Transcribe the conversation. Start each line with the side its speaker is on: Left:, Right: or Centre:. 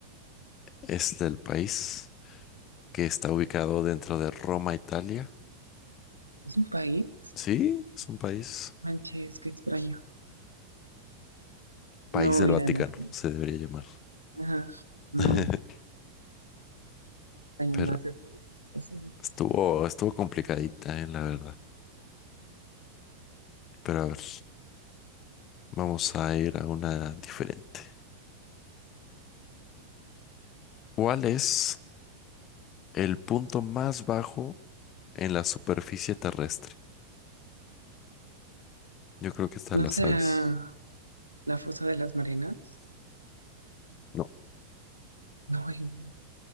Left: Es del país que está ubicado dentro de Roma, Italia.
Right: ¿Es un país?
Left: Sí, es un país,
Right: Manches, qué extraño.
Left: país
Right: No lo
Left: del
Right: hubiera
Left: Vaticano,
Right: imaginado.
Left: se debería llamar.
Right: Ajá, no,
Left: <laughs>
Right: extraño,
Left: Pero
Right: lo acepté. por acaso.
Left: Estuvo, estuvo complicadita, eh, la verdad. Pero a ver, vamos a ir a una diferente. ¿Cuál es el punto más bajo en la superficie terrestre? Yo creo que esta
Right: ¿No
Left: la
Right: será
Left: sabes.
Right: la fosa de las Marianas?
Left: No,
Right: No, el,